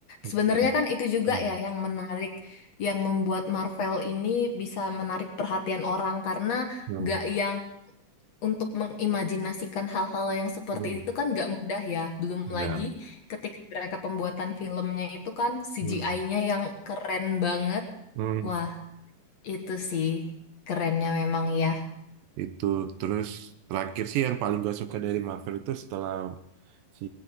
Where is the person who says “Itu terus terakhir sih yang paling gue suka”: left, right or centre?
Right